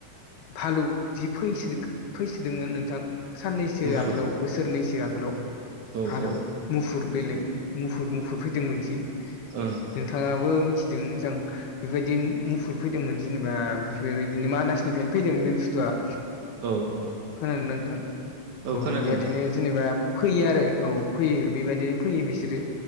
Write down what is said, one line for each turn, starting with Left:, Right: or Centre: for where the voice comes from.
Left: भालु जि फैसो- फैसोदोंमोन नोंथां। साननैसो
Right: मुफुर
Left: आगोलाव बोसोरनैसो आगोलाव
Right: औ
Left: भालु
Right: औ
Left: मुफुर बेलेग मुफुर -मुफुर फैदोंमोन थिं
Right: ओं।
Left: नोंथाङाबो मिथिदों जां बेफोरबायदि मुफुर फैदोंमोन जेनेबा बेबायदिनो मानासनिफ्रायनो बे बुस्थुआ।
Right: औ -औ।
Left: खोनादों ना नोंथां
Right: खोनादों
Left: औ बेबायदिनो
Right: नोंथां
Left: जेनेबा फैयो आरो औ फैयो बेबायदिनो फैयो बिसोरो।